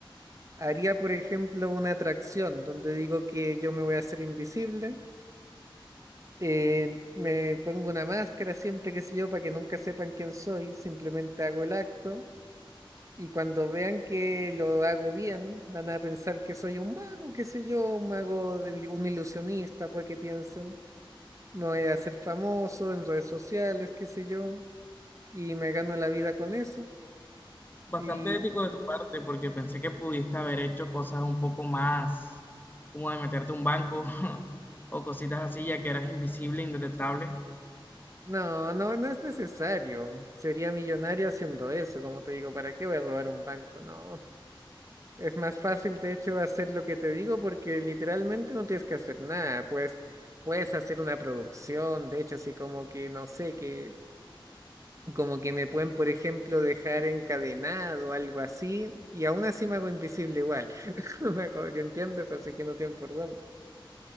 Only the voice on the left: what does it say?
Bastante
ético de tu parte, porque pensé que pudiste haber hecho cosas un poco más, como de meterte a un banco <laughs> o cositas así, ya que eras invisible, indetectable.